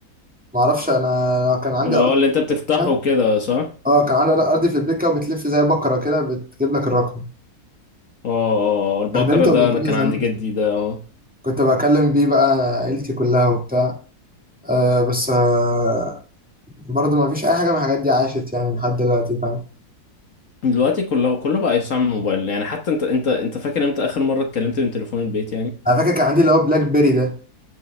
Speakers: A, in the centre; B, on the left.
A: ومعرفش انا كان عندي
B: اللي
A: ارض
B: هو اللي انت بتفتحه
A: كده
B: كده صح اه
A: اه كان عندي ارض في البيت كده وبتلف زي بكرة كده بتجيب لك الرقم
B: اه آه. البقرة
A: استخدمته
B: ده
A: قبل
B: انا
A: كده
B: كان
A: زمان
B: عند جدي ده اه
A: كنت بكلم بيه بقى عيلتي كلها وبتاع آه بس آه برضو ما فيش اي حاجة من الحاجات دي عاشت يعني لحد دلوقتي فاهم
B: دلوقتي كله كله بقى يستعمل موبايل يعني حتى انت انت انت فاكر امتى اخر مرة اتكلمت من تليفون البيت يعني
A: انا فاكر كان عندي اللي هو بلاك بيري ده